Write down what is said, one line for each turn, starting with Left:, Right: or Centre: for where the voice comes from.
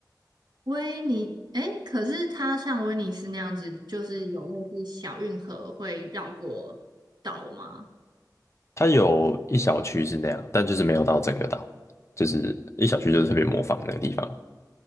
Right: 威尼，诶，可是它像威尼斯那样子，就是有类似小运河会绕过岛吗？
Left: 它有一小区是那样，但就是没有到整个岛，就是一小区就是特别模仿那个地方。